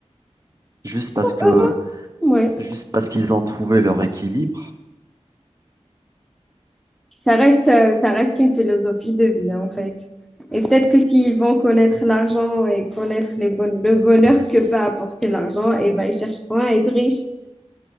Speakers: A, on the right; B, in the centre.
A: juste parce que,
B: heureux, ouais.
A: juste parce qu'ils ont trouvé leur équilibre.
B: Ça reste, euh, ça reste une philosophie de vie, hein, en fait. Et peut-être que s'ils vont connaître l'argent et connaître les bonnes- le bonheur que peut apporter l'argent, et ben ils chercheront à être riches.